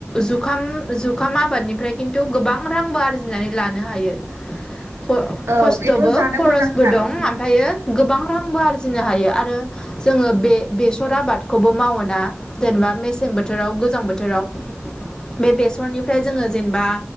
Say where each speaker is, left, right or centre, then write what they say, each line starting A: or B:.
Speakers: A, on the left (about 15°); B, on the right (about 65°).
A: जुखाम -जुखाम आबादनिफ्राय खिन्थु गोबां रांबो आरजिनानै लानो हायो। ख
B: औ
A: खस्थ'बो
B: बेथ' जानो
A: खरसबो
B: मोजांथार
A: दं
B: उम
A: ओमफ्रायो गोबां रांबो आरजिनो हायो। आरो जोङो बे बेसर आबादखौबो मावोना जेनेबा मेसें बोथोराव गोजां बोथोराव। दाव। बे बेसरनिफ्राय जोङो जेनेबा